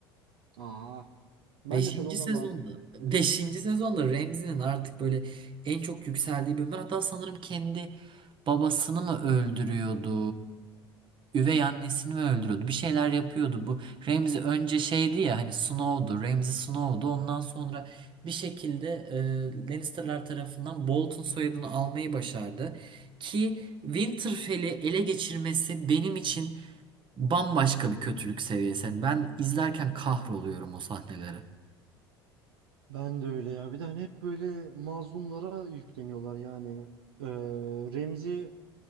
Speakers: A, on the right; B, on the right.
A: <laughs> Aa, ben
B: Beşinci
A: de sezonlar
B: sezonda,
A: bazen böyle kayıyor.
B: beşinci sezonda Remzi'nin artık böyle en çok yükseldiği bölüm. Hatta sanırım kendi babasını mı öldürüyordu, üvey annesini mi öldürüyordu, bir şeyler yapıyordu. Bu Ramsey önce şeydi ya hani Snow'du, Ramsey Snow'du. Ondan sonra bir şekilde e, Lannister'lar tarafından Bolton soyadını almayı başardı. Ki Winterfell'i ele geçirmesi benim için bambaşka bir kötülük seviyesi. Yani ben izlerken kahroluyorum o sahneleri.
A: Ben de öyle ya. Bir de hani hep böyle mazlumlara yükleniyorlar yani. Ee, Remzi